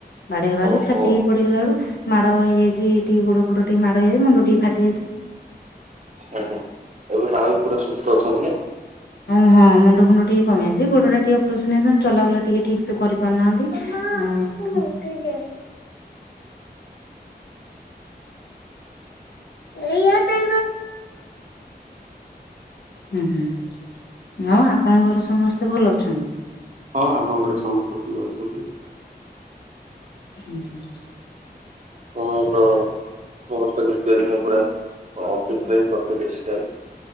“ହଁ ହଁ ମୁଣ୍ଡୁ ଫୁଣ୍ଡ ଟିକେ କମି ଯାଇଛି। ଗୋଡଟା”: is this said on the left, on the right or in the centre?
Left